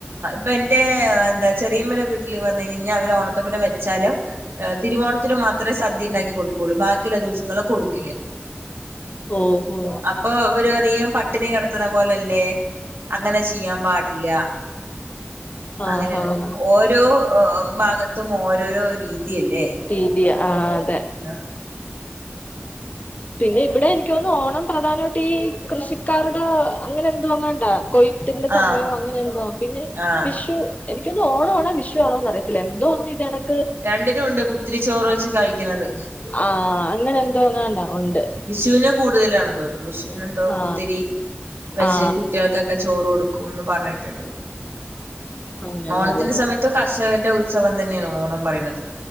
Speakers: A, on the right (about 70°); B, on the left (about 40°).
A: ഇപ്പൊ എന്റെ എന്താ ചെറിയമ്മയുടെ വീട്ടില് പറഞ്ഞു കഴിഞ്ഞഴിഞ്ഞാൽ അവര് ഓണത്തപ്പനെ വെച്ചാലും തിരുവോണത്തിന് മാത്രേ സദ്യ ഇണ്ടാക്കി കൊടുക്കൊള്ളൂ ബാക്കി ഇള്ള ദിവസങ്ങളില് കൊടുക്കില്ല
B: ഓഹോ
A: അപ്പൊ ഇവര് പറിയും പട്ടിണി കെടത്ത്ണ പോലല്ലേ അങ്ങനെ ചെയ്യാൻ പാട ഇല്ല അങ്ങനേണ്
B: ആഹാ
A: ഓരോ ഭാഗത്തും ഓരോരോ രീതിയല്ലേ
B: രീതി ആഹ് അതെ
A: ആഹ്
B: പിന്നെ ഇവിടെ എനിക്ക് തോന്ന്ന്നു ഓണം പ്രധാനമായിട്ട് ഈ കൃഷിക്കാരുടെ അങ്ങനെ എന്തോ എങ്ങാണ്ടാ കൊയ്ത്തിന്റെ സമയം
A: ആഹ്
B: അങ്ങനെ എന്തോ ആ പിന്നെ
A: ആഹ്
B: വിഷു എനിക്കൊന്ന് ഓണം ആണോ വിഷുവാണോ അറിയത്തില്ല എന്തോ ഒന്ന് ഇതണ്ക്ക്
A: രണ്ടിലും ഉണ്ട് കുത്തിരി ചോറ് വെച്ച് കഴിക്കുന്നത്
B: ആഹ അങ്ങനെ എന്തോങ്ങാണ്ടാ ഒണ്ട്
A: വിഷൂന് കൂടുതലാണെന്ന് തോന്നുന്നു വിഷൂന് എന്തോ
B: ആ
A: കുത്തിരി വെച്ച്
B: ആ
A: കുട്ടികൾക്കൊക്കെ ചോറ് കൊടുക്കുംന്ന് പറഞ്ഞിട്ടിട്ടുണ്ട്
B: അങ്ങനെയുള്ളത്
A: ഓണത്തിന്റെ സമയത്തും കർഷകരുടെ ഉ ഉത്സവം തന്നെയാണ് ഓണം പറയുന്നത്